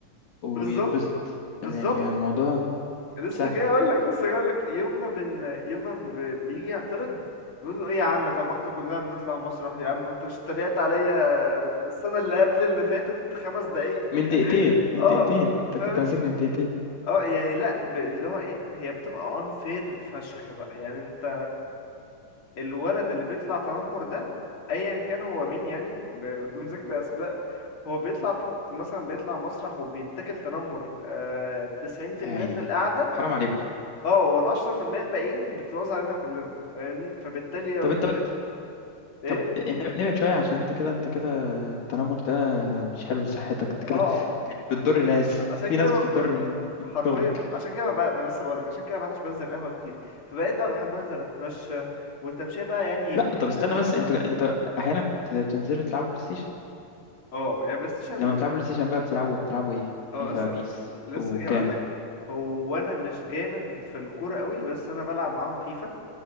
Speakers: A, on the left (about 75°); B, on the left (about 40°).
A: ويتبسط
B: بالظبط بالظبط
A: يعني الموضوع
B: لسه
A: سهل
B: جاي اقول لك لسه جاي اقول لك يوم ما بن يوم ما ب- بيجي يعترض بيقول له ايه يا عم طب ما احنا كلنا بنطلع مسرح يا عم انت مش اتريقت عليا السنه اللي قبل اللي فاتت خمس دقايق <laughs>
A: من دقيقتين من
B: اه
A: دقيقتين انت
B: فاهم
A: كنت ماسكني من دقيقتين
B: اه يعني لا ب... اللي هو ايه هي بتبقى unfair فشخ بقى يعني انت الولد اللي بيطلع تنمر ده ايا كان هو مين يعني ب- بدون ذكر اسماء هو بيطلع ت- مثلا بيطلع مسرح وبيتاكل تنمر آه، تسعين في المية
A: يا عيني
B: من القعدة
A: حرام عليكم
B: اه والعشرة في المية الباقيين بتتوزع علينا كلنا فاهمني فبالتالي هو
A: طب
B: بيت...
A: انت قلت
B: ايه
A: طب ن- نبعد شوية عشان انت كده انت كده التنمر ده مش حلو لصحتك انت كده
B: اه
A: يعني بتضر
B: عشان
A: ناس
B: عشان
A: في
B: كده
A: ناس
B: ما...
A: بتتضرر من من
B: حرفيا
A: شغلك
B: عشان كده ما, بقى... ما أنا لسه بقولك عشان كده ما عدتش بنزل القهوة كتير فبقيت بقى بحب انزل اتمشى والتمشية بقى يعني
A: لا
B: بكل
A: طب استنى
B: انواعها
A: بس انت
B: برضه
A: انت احيانا بت- بتنزلوا تلعبوا بلاي ستيشن
B: اه يعني بلاي ستيشن
A: لما بتلعبوا بلاي ستيشن بقى بتلعبوا بتلعبوا ايه فيفا
B: اه لسه
A: بيس
B: لسه
A: وكام
B: جاي اقول لك هو انا مش جامد في الكوره قوي بس انا بلعب معاهم فيفا